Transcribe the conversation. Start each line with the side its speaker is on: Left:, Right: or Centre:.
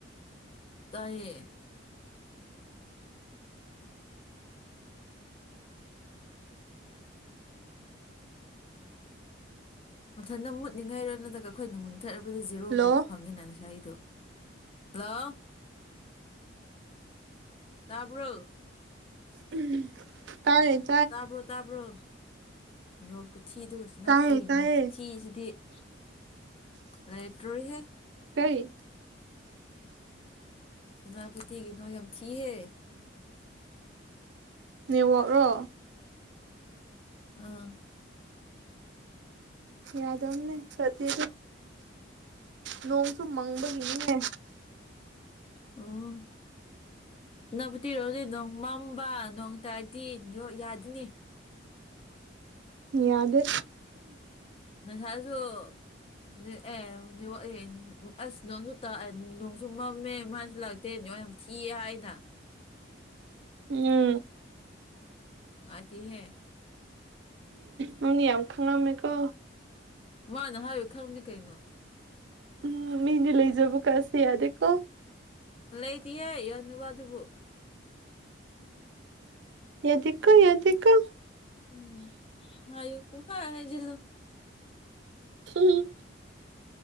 Left: ꯇꯥꯏꯌꯦ ꯃꯊꯟꯇ ꯃꯨꯠꯅꯤꯡꯉꯥꯏꯔꯣ ꯅꯠꯇ꯭ꯔꯒ ꯑꯩꯈꯣꯏꯅ ꯃꯨꯟꯊꯠꯔꯕꯗ ꯖꯦꯔꯣꯒꯨꯝꯕ
Right: ꯍꯜꯂꯣ
Left: ꯐꯪꯉꯦꯅ ꯉꯁꯥꯏꯗꯨ ꯍꯜꯂꯣ ꯇꯥꯕ꯭ꯔꯣ
Right: ꯎꯝ ꯇꯥꯏ
Left: ꯇꯥꯕ꯭ꯔꯣ ꯇꯥꯕ꯭ꯔꯣ ꯅꯦꯋꯥꯛ ꯈꯨꯊꯤꯗꯨꯒꯁꯨ ꯅꯕꯗꯤ
Right: ꯇꯥꯏꯌꯦ ꯇꯥꯏꯌꯦ
Left: <unintelligible> ꯂꯩꯥ ꯇꯣꯔꯤꯍꯦ
Right: ꯀꯔꯤ
Left: <unintelligible> ꯌꯥꯝ ꯊꯤꯍꯦ
Right: ꯅꯦꯋꯥꯛꯔꯣ
Left: ꯑꯥ
Right: ꯌꯥꯗꯕꯅꯦ ꯐꯠꯇꯦ ꯅꯣꯡꯁꯨ ꯃꯪꯕꯒꯤꯅꯤꯅꯦ
Left: ꯑꯣ ꯅꯕ <unintelligible> ꯅꯣꯡ ꯃꯝꯕ ꯅꯣꯡ ꯇꯥꯔꯗꯤ ꯅꯦꯌꯥꯛ ꯌꯥꯗꯤꯅꯤ
Right: ꯌꯥꯗꯦ
Left: ꯅꯁꯥꯁꯨ <unintelligible> ꯑꯁ ꯅꯪꯣꯟꯁꯨ ꯇꯥꯛꯑꯦ ꯅꯣꯡꯁꯨ ꯃꯝꯃꯦ ꯃꯥꯏꯁꯨ ꯂꯥꯛ ꯇꯦ ꯅꯦꯋꯥꯛ ꯌꯥꯝ ꯊꯤꯌꯦ ꯍꯥꯏꯅ
Right: ꯎꯝ
Left: ꯅꯨꯉꯥꯢꯇꯤꯍꯦ
Right: ꯅꯡꯗꯤ ꯌꯥꯝ ꯈꯪꯉꯝꯃꯦꯀꯣ
Left: ꯃꯥꯅ ꯍꯥꯏꯕꯩ ꯈꯪꯕꯅꯤ ꯀꯩꯅꯣ
Right: ꯎꯝ ꯃꯤꯗꯤ ꯂꯩꯖꯕ ꯀꯥꯢꯁꯤ ꯌꯥꯗꯦꯀꯣ
Left: ꯂꯩꯇꯤꯌꯦ <unintelligible> ꯑꯗꯨꯕꯨ
Right: ꯌꯥꯗꯦꯀꯣ ꯌꯥꯗꯦꯀꯣ
Left: ꯎꯝ ꯍꯥꯌꯨ ꯄꯨꯡꯍꯥꯢ ꯍꯥꯏꯖꯤꯜꯂꯨ
Right: ꯎꯝ